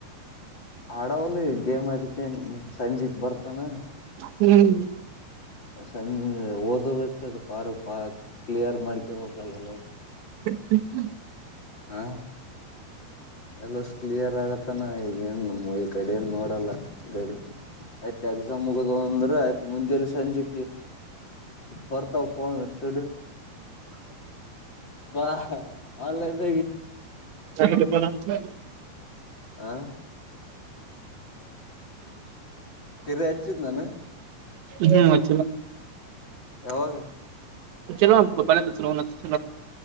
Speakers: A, on the left (about 30°); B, on the right (about 80°).
A: ಆಡವಲ್ಲ ಗೇಮ್ ಅದಕ್ಕೆೇ ಸಂಜೆೆಗೆ ಬರ್ತಾನ
B: ಹ್ಮ್
A: ಸಂಜ ಓದದಕ್ಕೆ ಅದು ಪಾರ್ ಪಾ ಕ್ಲಿಯರ್ ಮಾಡ್ಕ ಹಲ್ಲಲ್ಲ
B: ಹ್ಮ ಹ್ಮ
A: ಹಾ ಎಲ್ಲ ಕ್ಲಿಯರ್ ಆಗತ್ತ ತನ ಈಗೇನು ನಮ್ಮ ಈ ಕಡಲಿ ನೋಡಲ್ಲ ಗಡಿ ಆಯ್ತ ಎಕ್ಸಾಮ್ ಮುಗದು ಒಂದ ಯ್ತ್ ಮುಂದೆಲ್ಲಿ ಸಂಜೆ ಬರ್ತಾವ ಫೋನ್ ತೊಡ ಬಾ ನ್ಲೈನ್
B: ನಪ್ಪಲ ಹ್ಮ್ಮ್.
A: ಹ ಕಿರಿ ಹಚ್ಚಿದ್ ನಾನು
B: ಹ್ಮ್ ಮತ್ತ
A: ಯಾವಾಗ
B: ಚಲೋ ಚ ಚ